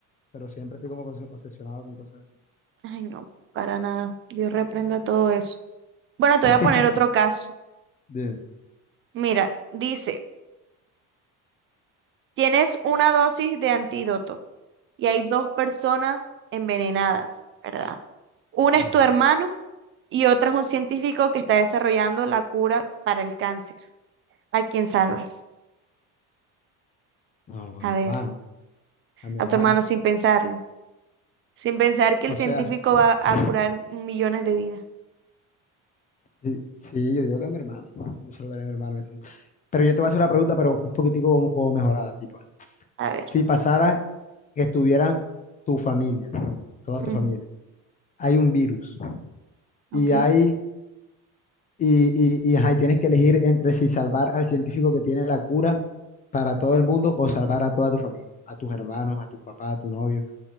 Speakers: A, on the left; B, on the right.
A: pero siempre estoy como obses- obsesionado con cosas así.
B: Ay, no, para nada. Dios reprenda todo eso. Bueno, te
A: <laughs>
B: voy a poner otro caso.
A: De-
B: Mira, dice, tienes una dosis de antídoto y hay dos personas envenenadas, ¿verdad? Una
A: ajá.
B: es tu hermano y otra es un científico que está desarrollando la cura para el cáncer. ¿A quién salvas?
A: No, a mi
B: A
A: hermano,
B: ver,
A: a mi
B: a
A: hermano.
B: tu hermano sin pensarlo. sin pensar que el
A: O
B: científico
A: sea,
B: va
A: sí,
B: a curar millones de vidas.
A: sí, sí, yo digo que a mi hermano. Yo se lo daría a mi hermano. ese sí. Pero yo te voy a hacer una pregunta, pero un poquitico como, como mejorada, tipo.
B: A ver,
A: Si pasara que estuviera tu familia, toda
B: Mm,
A: tu familia, hay un virus y
B: ok.
A: hay, y, y, y, ajá, y tienes que elegir entre si salvar al científico que tiene la cura para todo el mundo o salvar a toda tu familia, a tus hermanos, a tu papá, a tu novio.